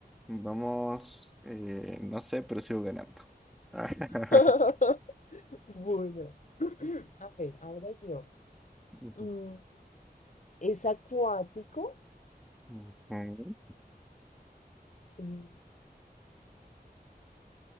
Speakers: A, in the centre; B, on the left (about 50°).
A: Vamos, eh, no sé, pero sigo ganando. <laughs>
B: <laughs> Bueno, a ver, ahora yo.
A: Ujú,
B: Mm, es acuático.
A: ujú.
B: mm,